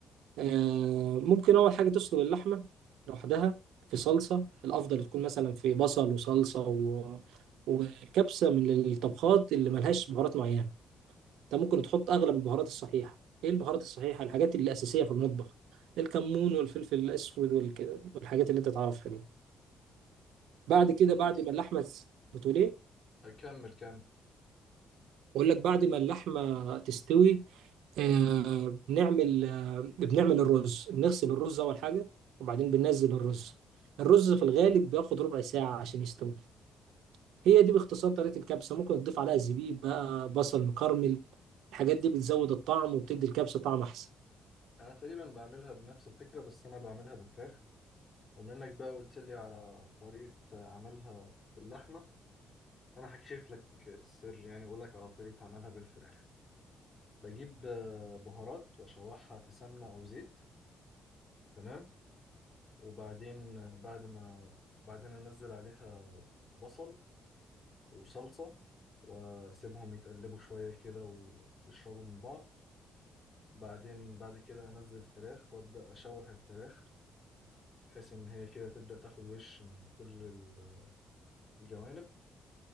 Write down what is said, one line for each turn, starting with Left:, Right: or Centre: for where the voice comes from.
Right: آه، ممكن أول حاجة تسلق اللحمة لوحدها في صلصة الأفضل تكون مثلا في بصل وصلصة و... والكبسة من الطبخات اللي ملهاش بهارات معينة أنت ممكن تحط أغلب البهارات الصحيحة إيه البهارات الصحيحة الحاجات اللي أساسية في المطبخ الكمون والفلفل الأسود والك... والحاجات اللي أنت تعرفها دي بعد
Left: انا تقريبا
Right: كده بعد ما اللحمة بتقول إيه؟
Left: اكمل كمل
Right: بقول لك بعد ما اللحمة تستوي آه، بنعمل آه، بنعمل الرز بنغسل الرز أول حاجة وبعدين بننزل الرز الرز في الغالب بياخد ربع ساعة عشان يستوي هي دي باختصار طريقة الكبسة ممكن تضيف عليها زبيب بقى بصل مكرمل الحاجات دي بتزود الطعم وبتدي الكبسة طعم أحسن
Left: انا تقريبا بعملها بنفس الفكره بس انا بعملها بفراخ ومنك بقى قلت لي على طريقه عملها باللحمه انا هكشف لك السر يعني واقول لك على طريقه عملها بالفراخ بجيب آه، بهارات واشوحها في سمنه او زيت تمام وبعدين آه، بعد ما بعدين انزل عليها بصل وصلصه واسيبهم يتقلبوا شويه كده ويشربوا من بعض بعدين بعد كده انزل الفراخ وابدا اشوح الفراخ بحيث ان هي كده تبدا تاخد وش من كل ال- الجوانب